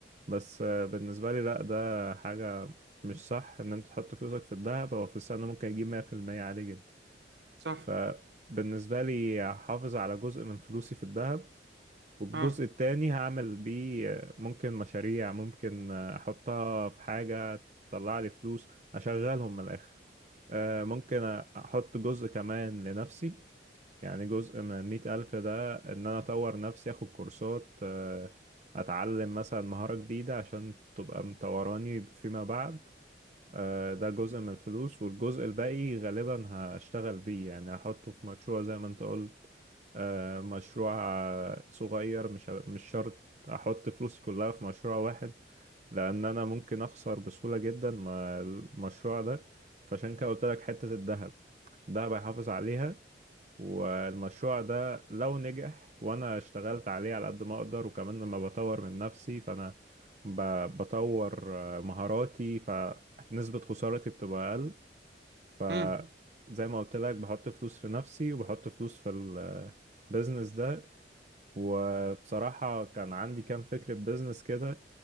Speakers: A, on the right (about 40°); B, on the right (about 70°).
A: بس آه، بالنسبة لي لا ده حاجة مش صح ان انت تحط فلوسك في الذهب هو في السنة ممكن يجيب 100% عادي جدا
B: صح
A: فبالنسبة لي هحافظ على جزء من فلوسي في الذهب والجزء
B: اه
A: التاني هعمل بيه ممكن مشاريع ممكن أحطها في حاجة تطلع لي فلوس أشغلهم من الآخر آه، ممكن أحط جزء كمان لنفسي يعني جزء من المئة ألف ده إن أنا أطور نفسي أخد كورسات آه، أتعلم مثلا مهارة جديدة عشان تبقى مطوراني فيما بعد آه، ده جزء من الفلوس والجزء الباقي غالبا هشتغل بيه يعني هحطه في مشروع زي ما انت قلت آه، مشروع آه، صغير مش ه- مش شرط احط فلوسي كلها في مشروع واحد لان انا ممكن اخسر بسهولة جدا مع المشروع ده فعشان كده قلت لك حتة الذهب الذهب هيحافظ عليها والمشروع ده لو نجح وانا اشتغلت عليه على قد ما اقدر وكمان لما بطور من نفسي فانا ب- بطور آه، مهاراتي فنسبة خسارتي بتبقى اقل فزي
B: امم
A: ما قلت لك بحط فلوس في نفسي وبحط فلوس في البيزنس ده وبصراحة كان عندي كام فكرة بيزنس كده